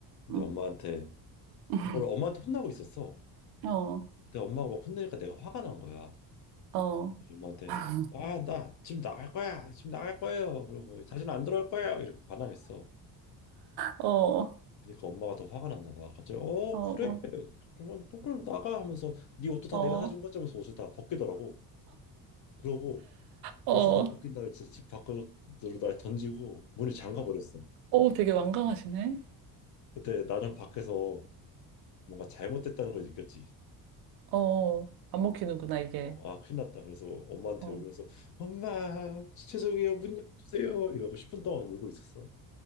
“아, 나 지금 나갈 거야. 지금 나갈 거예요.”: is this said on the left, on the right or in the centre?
Left